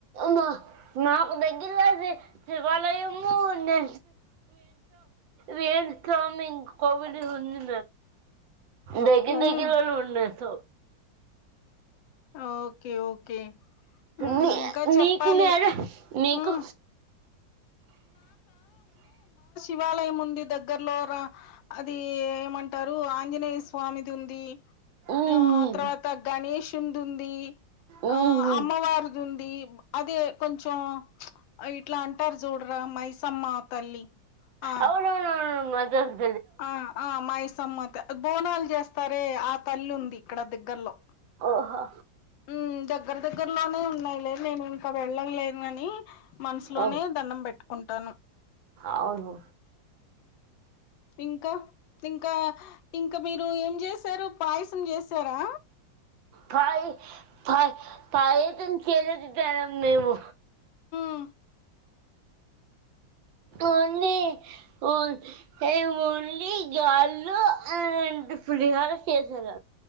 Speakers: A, on the right; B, on the left.
A: మా మాకు దగ్గరలో శివాలయము న వస్మిం కోబడి ఉంది దగి
B: ఉహు
A: దకిళ్ళు ఉండ స
B: ఓకే ఓకే ఉమ్
A: మీ
B: ఇంకా చెప్పాలి
A: నీకు నరు నీకు
B: ఉమ్ దివాలయం ఉంది దగ్గరలో రా అది ఏమంటారు ఆంజనేయ స్వామిది ఉంది
A: మ్మ్.
B: ఆ తర్వాత గణేష్ చుందుంది
A: మ్మ్.
B: ఆ అమ్మవారు ఉంది అదే కొంచెం ఇట్లా అంటారు మైసమ్మా తల్లి ఆ
A: అవున అవునువును <unintelligible>
B: ఆ ఆ మై సమ్మత బోనాలు చేస్తారే ఆ తల్లి ఉంది ఇక్కడ దగ్గర్లో
A: ఓహో
B: ఉమ్ దగ్గర దగ్గరలోనే ఉన్నాయిలే నేను ఇంకా వెళ్ళలేను అని మనసులోనే
A: అవును
B: దండం పెట్టుకుంటాను
A: అవును
B: ఇంకా ఇంకా ఇంకా మీరు ఏం చేసారు పాయసం చేసారా
A: పై పై పై పాయసం చేలేదుద్దరాం మేము
B: ఆ
A: ఓన్లీ ఒన్ మేము ఓన్లీ గారెలు అండ్ పులిహార చేశారు